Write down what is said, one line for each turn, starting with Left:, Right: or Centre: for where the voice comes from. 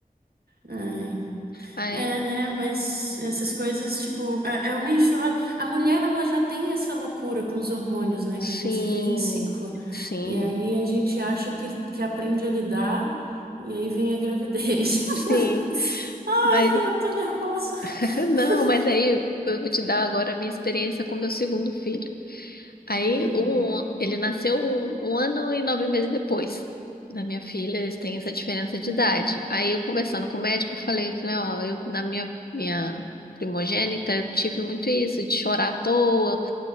Right: Ai.
Left: Aí.
Right: É, né? Mas essas coisas, tipo, é, é uma enxurrada. A mulher, ela já tem essa loucura com os hormônios, né?
Left: Sim,
Right: Que a gente vive em ciclo.
Left: sim,
Right: E aí a gente acha que, que aprende a lidar, e aí vem a gravidez. <laughs>
Left: sim.
Right: Ai,
Left: Mas
Right: eu tô nervosa.
Left: <laughs> não,
Right: <laughs>
Left: mas aí eu vou te dar agora a minha experiência com meu segundo filho. Aí
Right: Hum,
Left: um, ele nasceu um, um ano e nove meses depois da minha filha, eles têm essa diferença de
Right: uhum,
Left: idade. Aí eu conversando com o médico, eu falei, falei, ó, eu na minha minha primogênita eu tive muito isso de chorar à toa.